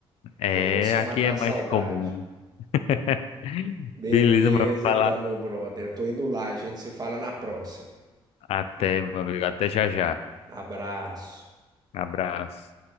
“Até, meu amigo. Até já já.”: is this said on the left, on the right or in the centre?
Left